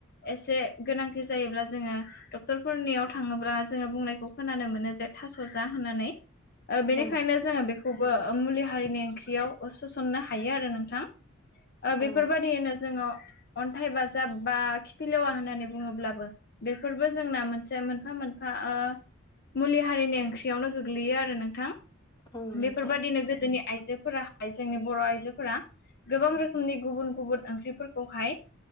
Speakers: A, on the left (about 50°); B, on the left (about 20°).
A: एसे गोनांथि जायोब्ला जोङो डक्टरफोरनियाव थाङोब्ला जोङो बुंनायखौ खोनानो मोनो जे थास' जा होननानै। बेनिखायनो
B: ओम
A: जोङो बेखौबो मुलि हारिनि ओंख्रियाव सोसननो हायो आरो नोंथां। बेफोरबायदियैनो
B: ओम
A: जोङो अन्थाइ बाजाब बा खिफिलेवा होननानै बुङोब्लाबो बेफोरबो जोंना मोनसे मोनफा मोनफा ओ मुलि हारिनि ओंख्रियावनो गोग्लैयो आरो नोंथां।
B: औ नोंथां
A: बेफोरबायदिनो गोदोनि आइजोफोराहाय जोंनि बर' आइजोफोरा गोबां रोखोमनि गुबुन गुबुन ओंख्रिफोरखौहाय